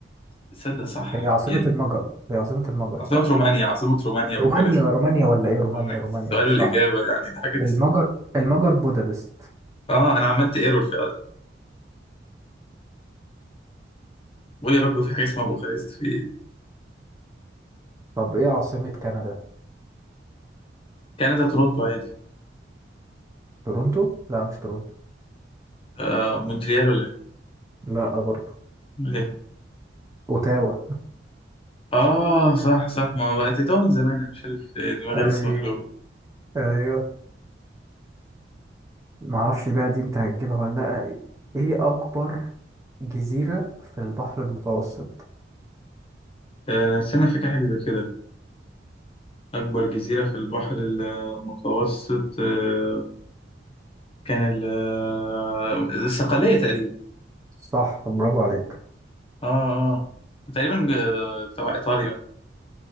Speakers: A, on the left; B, on the right.
A: تصدق صح
B: هي عاصمة
A: يعني
B: المجر هي عاصمة المجر
A: عاصمة
B: صح؟
A: رومانيا عاصمة رومانيا
B: رومانيا
A: بوخارست
B: رومانيا ولا
A: هم
B: ايه
A: هو
B: رومانيا
A: عكس
B: رومانيا
A: السؤال
B: صح
A: والإجابة يعني دي حاجة تستفاد
B: المجر المجر بودابست
A: اه أنا عملت ايرور فعلا بقول يا رب في حاجة اسمها بوخارست في إيه؟
B: طب ايه عاصمة كندا؟
A: كندا تورونتو عادي
B: تورونتو؟ لا مش تورونتو
A: آه مونتريال ولا إيه؟
B: لا برضه
A: أمال إيه؟
B: اوتاوا
A: اه صح صح ما بقت من زمان أنا مش عارف آه، دماغي
B: ايوه
A: لسه مقلوبة
B: ايوه ما اعرفش بقى دي انت هتجيبها ولا لا ايه اكبر جزيرة في البحر المتوسط
A: آه، أنا استنى فاكر حاجة زي كده أكبر جزيرة في البحر المتوسط آه كان ال- آه، الصقلية تقريبا
B: صح برافو عليك
A: اه اه تقريبا آه، تبع إيطاليا